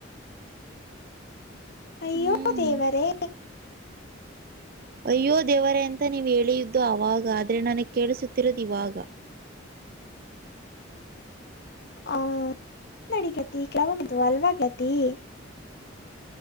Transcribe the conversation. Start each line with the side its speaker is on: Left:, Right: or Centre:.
Left: ಅಯ್ಯೋ
Right: ಹ್ಮ್
Left: ದೇವರೇ.
Right: ಅಯ್ಯೋ ದೇವರೇ ಅಂತ ನೀವ ಹೇಳಿದ್ದು ಅವಾಗ ಆದ್ರೆ ನನಗ್ ಕೇಳಿಸುತ್ತಿರೋದು ಇವಾಗ
Left: ಆ ನಡಿಕೇತಿ <unintelligible>